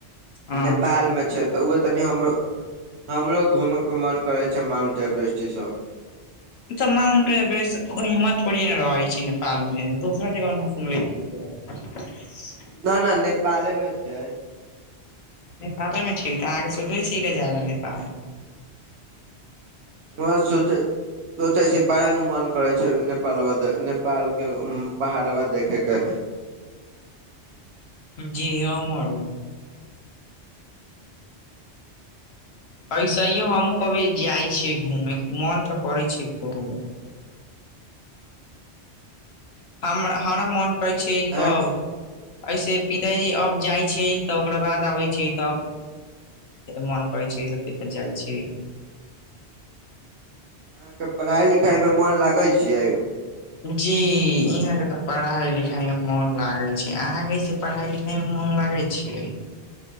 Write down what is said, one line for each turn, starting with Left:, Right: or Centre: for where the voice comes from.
Left: हँ
Right: नेपालमे छै तऽ ओ तऽ तनि हमरो घूमयके मन करै छै। माउंट एवरेस्ट ईसभ।
Left: तऽ माउंट एवरेस्ट तऽ नेपालमे थोड़े रहै छै, दोसर जगह सुनले छी। ठीक रहल छी
Right: नहि, नेपालमे छै।
Left: नेपालमे छी तऽ अहाँ सोचलहुँ छी गऽ जाय लेल नेपाल।
Right: ब सुत <unintelligible> सोचैत छी, बार बार मन करै छै नेपालक पहाड़ देखय लेल।
Left: जी अ मरो एहने हमहूँ कखनो जाइत छियै, घूमयके मन तऽ करै छै खूब। हमरा मोन करै छै, ई
Right: अहाँ
Left: कखन? एसे पिताजी आब जाइ छथि तऽ ओकरा बाद आबै छथि, तखन। मन करै छी जाई छियै।
Right: अहाँके पढ़ाई लिखाई मे मन लागै छियै?
Left: जी यहाँं के तऽ पढ़ाई लिखाई मे मोन लागे छै। अहाँकेस पढ़ाई लिखाई मे मन लागे छै?